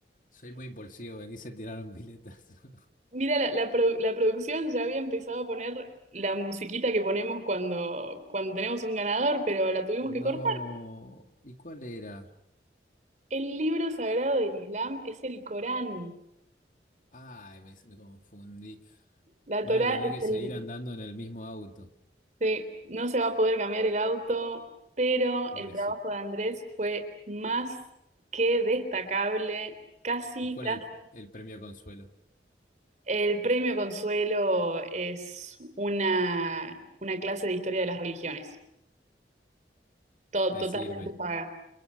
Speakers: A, on the left; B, on the right.
A: soy muy impulsivo, me quise tirar un piletazo. <laughs>
B: Mira, la, la produ- la producción ya había empezado a poner la musiquita que ponemos cuando, cuando tenemos un ganador, pero la tuvimos
A: No,
B: que cortar.
A: ¿y cuál era?
B: El libro sagrado del Islam es el Corán.
A: Ay, me, me confundí.
B: La
A: Voy
B: Torá
A: a tener
B: es
A: que
B: el
A: seguir andando en el mismo auto,
B: Sí, no se va a poder cambiar el auto, pero
A: pobrecito.
B: el trabajo de Andrés fue más que destacable, casi,
A: ¿Y cuál
B: casi.
A: es el, el premio consuelo?
B: El premio Consuelo es una, una clase de historia de las religiones, todo
A: Me
B: totalmente
A: sirve.
B: paga.